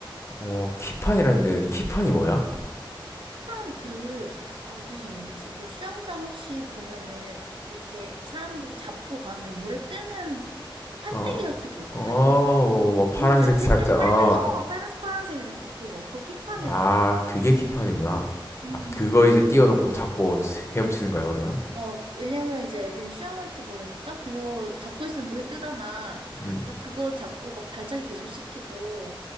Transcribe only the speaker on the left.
어, 키판이라 했는데, 키판이 뭐야?
어,
어,
뭐, 뭐 파란색
살짝,
어.
아,
그게 킥판이구나.
아, 그거 이제 띄워놓고 잡고 헤엄치는 거야, 그러면?
음.